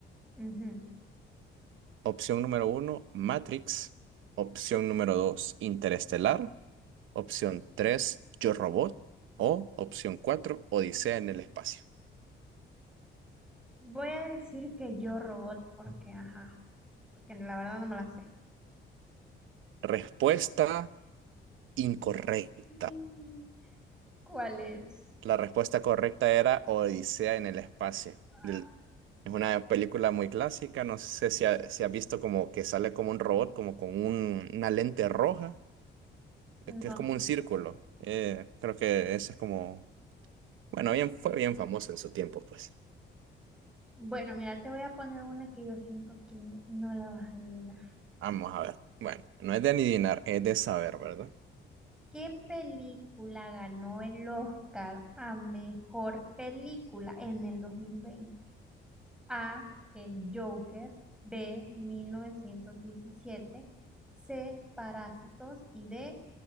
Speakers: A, in the centre; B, on the right.
A: Ujú.
B: Opción número uno, Matrix. Opción número dos, Interestelar. Opción tres Yo Robot. O opción cuatro Odisea en el espacio.
A: Voy a decir que yo robot porque, ajá, porque la verdad no me la sé.
B: Respuesta incorrecta.
A: Mm, ¿Cuál es?
B: La respuesta correcta era Odisea en el espacio.
A: Ah,
B: Del- es una película muy clásica. No sé si, ha- si has visto como que sale como un robot, como con un- una lente roja,
A: No.
B: eh, que es como un círculo. Eh, creo que esa es como... Bueno, bien, fue bien famosa en su tiempo, pues.
A: Bueno, mira, te voy a poner una que yo siento que no la vas a adivinar.
B: Vamos a ver. Bueno, no es de adivinar, es de saber, ¿verdad?
A: ¿Qué película ganó el Oscar a mejor película en el 2020? A, El Joker, B, 1917, C, Parásitos y D,